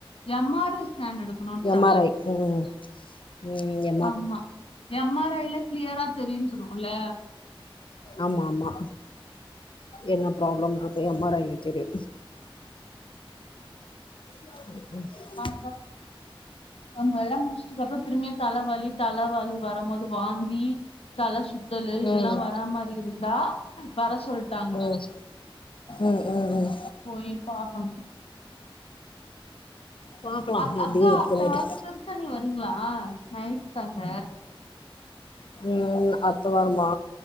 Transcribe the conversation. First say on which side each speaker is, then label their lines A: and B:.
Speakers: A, on the left; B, on the left.
A: எம் ஆர் ஐ ஸ்கேண் எடுக்கணுடா
B: எம் ஆர் ஐ ம் ம் ம் எ
A: ஆமா எம் ஆர் ஐ ல க்ளியரா தெரியும்னு சொல்லுவோமல்ல
B: ஆமா ஆமா என்ன ப்ராப்ளம்ன்றது எம் ஆர் ஐ ல தெரியு ம்
A: <unintelligible> மல மடிச்சுதுக்கு அப்பறோ திரும்பியு தலவலி தலவலி வரும்போது வாந்தி தல சுத்தலு இதெல்லா
B: ம்
A: வரா மாரி இருந்தா வர சொல்ட்டாங்க
B: ம் ம் ம் ம்
A: போய் பாக்கணு
B: பாக்கலா
A: அ
B: எப்டியு
A: அக்கா
B: இருக்குன்னுட்டு
A: அத்த வார திருத்தணி வரீங்களா நைட்டு தங்க
B: ம் அத்த வாரமா